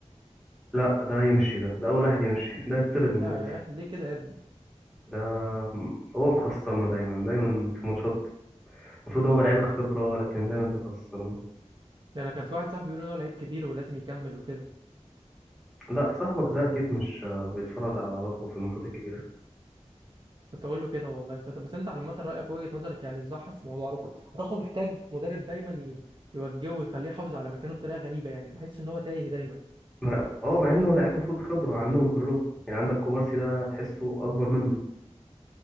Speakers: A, in the centre; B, on the right.
A: لا ده يمشي ده ده اول واحد يمشي ده يطرد من
B: ياه
A: النادي
B: ليه كده يا ابني
A: ده هو مخسرنا دايما دايما في ماتشات المفروض هو لعيب الخبرة لكن دايما بيخسرنا
B: ده انا كان في واحد صاحبي بيقول ان هو لعيب كبير ولازم يكمل وكده
A: لا صاحبك ده أكيد مش آه، بيتفرج على أراوخو في الماتشات الكبيرة
B: كنت اقول له كده والله تصدق بس انت على عامه رايك وجهه نظرك يعني صح في موضوع رخو رخو محتاج مدرب دايما ي- يوجهه ويخليه يحافظ على مكانه بطريقه غريبه يعني بحس ان هو تايه دايما
A: ما- اه مع إنه لعيب المفروض خبرة عنهم كلهم يعني عندك كوبارسي ده تحسه أكبر منه